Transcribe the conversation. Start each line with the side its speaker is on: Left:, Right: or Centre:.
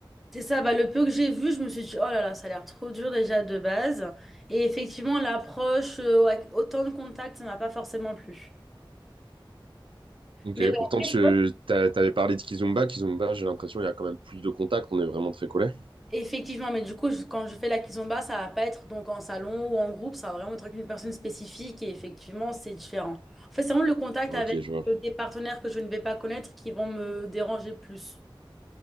Centre: C'est ça, bah, le peu que j'ai vu, je me suis dit, oh là là, ça a l'air trop dur déjà de base. Et effectivement, l'approche, euh, avec autant de contact, ça m'a pas forcément plu.
Right: Ok,
Centre: Mais ouais,
Right: pourtant, tu t'as- t'avais parlé de Kizomba. Kizomba, j'ai l'impression, il y a quand même plus de contact. On est vraiment très collé.
Centre: Effectivement, mais du coup, je- quand je fais la kizomba, ça va pas être donc en salon ou en groupe, ça va vraiment être avec une personne spécifique et effectivement, c'est différent. En fait, c'est vraiment le contact
Right: Ok,
Centre: avec
Right: je vois.
Centre: euh, des partenaires que je ne vais pas connaître qui vont me déranger plus.